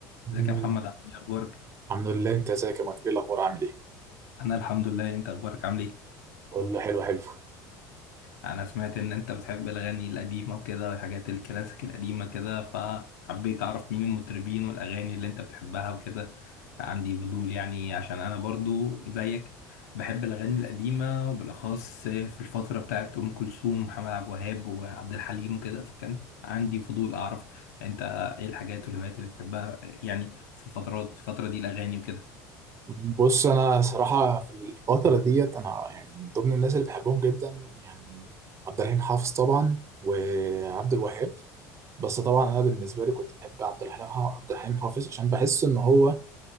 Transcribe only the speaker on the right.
مم.
الحمد لله انت ازيك يا مايكل ايه الاخبار عامل ايه
كله حلو حلو
بص انا صراحه في الفتره ديت انا يعني من ضمن الناس اللي بحبهم جدا يعني عبد الرحيم حافظ طبعا وعبد الوهاب بس طبعا انا بالنسبه لي كنت بحب عبد الحليم عبد الحليم حافظ عشان بحس ان هو